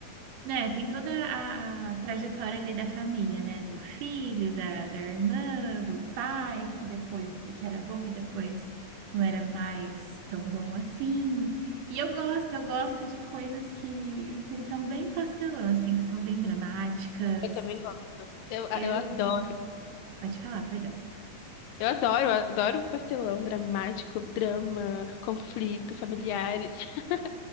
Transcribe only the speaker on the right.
né, tem toda a, a trajetória ali da família, né? Do filho, da, da irmã, do pai, que depois que era bom e depois não era mais tão bom assim. E eu gosto, eu gosto de coisas que, que são bem pastelão, assim, que são bem dramáticas.
Eu,
pode falar, perdão.